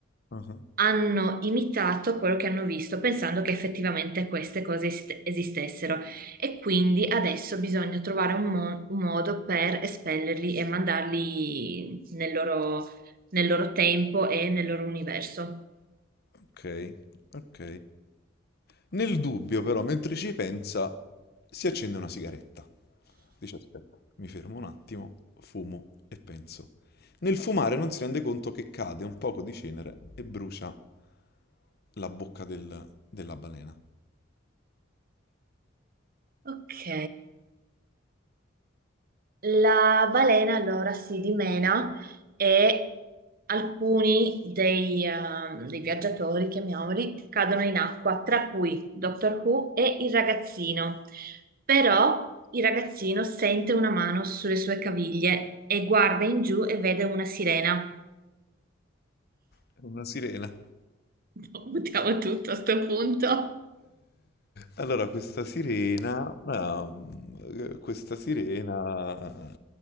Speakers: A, on the left; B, on the right.
A: Ah,
B: hanno imitato quello che hanno visto, pensando che effettivamente queste cose esist- esistessero. E quindi adesso bisogna trovare un, mo- un modo per espellerli e mandarli nel loro, nel loro tempo e nel loro universo.
A: Ok, ok. Nel dubbio, però, mentre ci pensa, si accende una sigaretta. Dice, aspetta, mi fermo un attimo, fumo e penso. Nel fumare non si rende conto che cade un poco di cenere e brucia la bocca del- della balena.
B: Ok, La balena allora si dimena e alcuni dei, ehm, dei viaggiatori, chiamiamoli, cadono in acqua, tra cui Doctor Who e il ragazzino. Però il ragazzino sente una mano sulle sue caviglie e guarda in giù e vede una sirena.
A: È Una sirena.
B: <laughs> Buttiamo tutto a sto punto.
A: Allora, questa sirena, ehm, questa sirena,